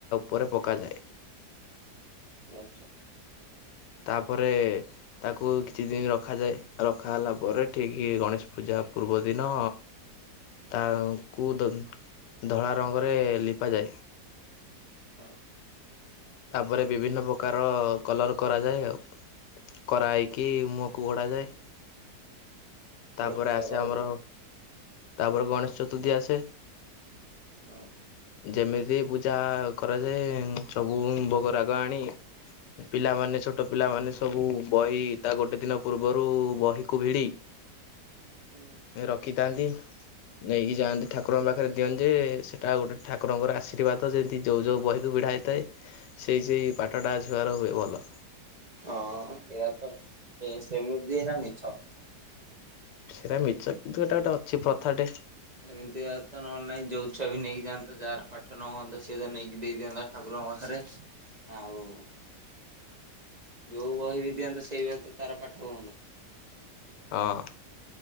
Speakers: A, on the left; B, on the right.
A: ପରେ ପକାଯାଏ।
B: ଆଚ୍ଛା।
A: ତାପରେ ତାକୁ କିଛି ଦିନ ରଖାଯାଏ ରଖା ହେଲା ପରେ ଠିକ ଗଣେଶ ପୂଜା ପୂର୍ବ ଦିନ ତାଙ୍କୁ ଧ ଧଳା ରଙ୍ଗରେ ଲିପାଯାଏ।
B: ହଁ।
A: ତାପରେ ବିଭିନ୍ନ ପ୍ରକାର କଲର କରାଯାଏ ଆଉ କରା ହେଇକି ମୁହଁକୁ ଘୋଡା ଯାଏ। ତାପରେ
B: ପୂଜା
A: ଆସେ
B: କରାଯାଏ
A: ଆମର
B: ଆଉ।
A: ତାପରେ ଗଣେଷ ଚତୁର୍ଥୀ ଆସେ।
B: ହଁ।
A: ଯେମିତି ପୂଜା କରାଯାଏ ଚ ଭୋଗ ରାଗ ଆଣି ପିଲାମାନେ ଛୋଟ ପିଲାମାନେ ସବୁ ବହି ତା ଗୋଟେ ଦିନ ପୂର୍ବରୁ ବହିକୁ ଭିଡି
B: ହୁଁ
A: ରଖିଥାନ୍ତି। ନେଇକି ଯାଆନ୍ତି ଠାକୁରଙ୍କ ପାଖରେ ଦିଅନ୍ତି ଯେ ସେଟା ଗୋଟେ ଠାକୁରଙ୍କର ଆଶୀର୍ବାଦ ଯେମିତି ଯୋଉ ଯୋଉ ବହିକୁ ଭିଡା ହେଇଥାଏ। ସେଇ ସେ ପାଠଟାଆସିବାର ହୁଏ ଭଲ।
B: ହଁ ସେଇଆ ତ ସେମିତି ହେରା ମିଛ
A: ସେଇଟା ମିଛ କିନ୍ତୁ ଏଟା ଗୋଟେ ଅଛି ପ୍ରଥାଟେ
B: ଏମିତିଆ ତ ନହେଲେ ନହିଁ ଯୋଉ ଛୁଆ ବି ନେଇକି ଯାଆନ୍ତା ଯାହାର ପାଠ ନ ହୁଅନ୍ତତା ସିଏ ତ ନେଇକି ଦେଇଦିଅନ୍ତା ଠାକୁରଙ୍କ ପାଖରେ ଆଉ ଯୋଉ ବହି ବି ଦିଅନ୍ତତା ସେଇଭଳି ତ ତାର ପାଠ ହୁଅନ୍ତା।
A: ହଁ।